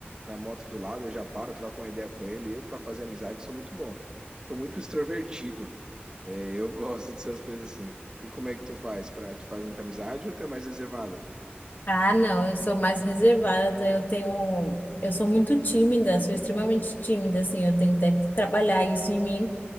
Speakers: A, on the right; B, on the left.
A: na moto do lado, eu já paro, troco uma ideia com ele. Eu para fazer amizade sou muito bom. Sou muito extrovertido. É, eu <laughs> gosto dessas coisas assim. E como é que tu faz? Pra, tu faz muita amizade ou tu é mais reservada?
B: Ah, não, eu sou mais reservada, eu tenho, eu sou muito tímida, sou extremamente tímida, assim, eu tenho até que trabalhar isso em mim.